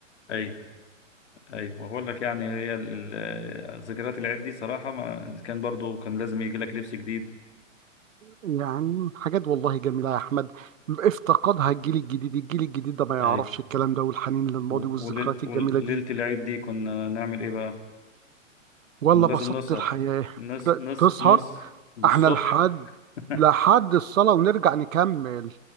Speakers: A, on the left; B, on the right.
A: أي ايوه ما بقول لك يعني هي ال- ال- ذكريات العيد دي صراحه ما كان برضو كان لازم يجي لك لبس جديد
B: يعني حاجات والله جميله يا احمد افتقدها الجيل الجديد الجيل الجديد ده ما يعرفش
A: ايوه
B: الكلام ده والحنين للماضي
A: و-
B: والذكريات
A: وليل-
B: الجميله
A: وليله
B: دي
A: العيد دي كنا نعمل ايه بقى
B: ولا
A: كنا لازم
B: بسطت
A: نسهر
B: الحياه
A: نص
B: ت-
A: نص
B: تسهر
A: نص للصبح
B: احنا لحد
A: <laughs>
B: لحد الصلاه ونرجع نكمل